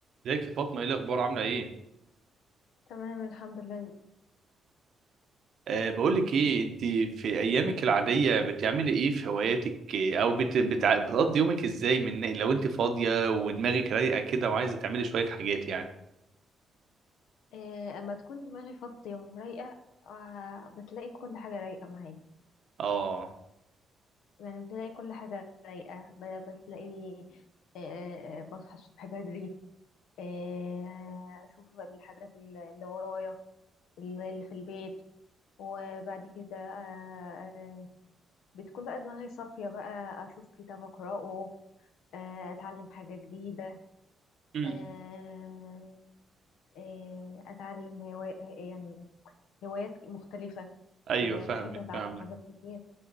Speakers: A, on the right; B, on the left.
A: ازيك يا فاطمة ايه الأخبار عاملة ايه؟
B: تمام الحمد لله
A: أه بقولك ايه انت في أيامك العادية بتعملي ايه في هواياتك إيه، أو بت... بتع... بتقضي يومك ازاي من لو انت فاضية ودماغك رايقة كده وعايزة تعملي شوية حاجات يعني
B: إيه اما تكون دماغي فاضية ورايقة آه بتلاقي كل حاجة رايقة معايا
A: اه
B: يعني بتلاقي كل حاجة رايقة ب- بتلاقي آه بصحى الصبح بدري آه أشوف الحاجات الل- اللي ورايا اللي اللي في البيت وبعد كده آه آه، بتكون بقى دماغي صافية بقى أشوف كتاب أقرأه آه أتعلم حاجة جديدة
A: مم.
B: آه آه أتعلم هواية يعني هوايات مختلفة
A: ايوه
B: ب-
A: فاهمك
B: بحب أتعلم
A: فاهمك
B: حاجات كتير